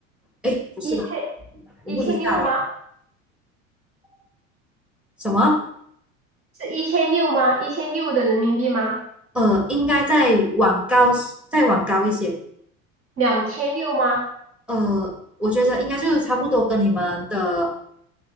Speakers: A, in the centre; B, on the right (about 35°).
A: 哎，不是吧？
B: 一千
A: 我不知道哎，
B: 一千六吗？
A: 什么？
B: 是一千六吗？一千六的人民币吗？
A: 呃，应该再往高，再往高一些。
B: 两千六吗？
A: 呃，我觉得应该就是差不多跟你们的，